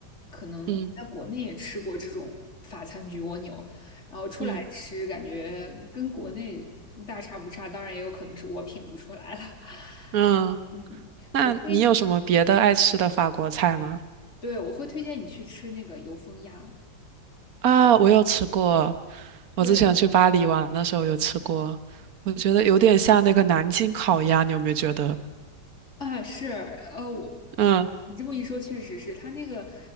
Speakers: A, on the left; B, on the right.
A: 可能在国内也吃过这种法餐焗蜗牛，
B: 嗯
A: 然后出来吃感觉跟国内大差不差，
B: 嗯
A: 当然也有可能是我品不出来了。<laughs>
B: 嗯。
A: 嗯，
B: 那你有什么别的爱吃的法国菜吗？
A: 我会，对，我会推荐你去吃那个油封鸭。
B: 啊，我有吃过，我之前去巴黎玩的时候有吃过，
A: 对，
B: 我觉得有点像那个南京烤鸭，你有没有觉得？
A: 啊，是，呃，我
B: 嗯，
A: 你这么一说，确实是它那个